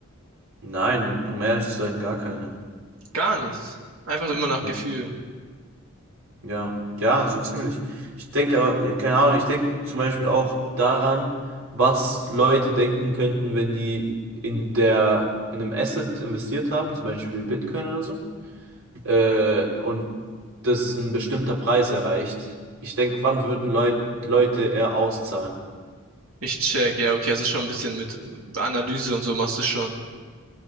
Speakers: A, on the right; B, on the right.
A: Nein, um ehrlich zu sein, gar keine.
B: Gar nichts. Einfach immer nach
A: Nee.
B: Gefühl.
A: Ja, ja, so ziemlich. Ich denke, aber- ja, keine Ahnung, ich denke zum Beispiel auch daran, was Leute denken könnten, wenn die in der, in einem Asset investiert haben, zum Beispiel Bitcoin oder so, äh, und das ein bestimmter Preis erreicht. Ich denke, wann würden Leut, Leute eher auszahlen?
B: Ich check. Ja, okay, also schon ein bisschen mit äh, Analyse und so machst du schon.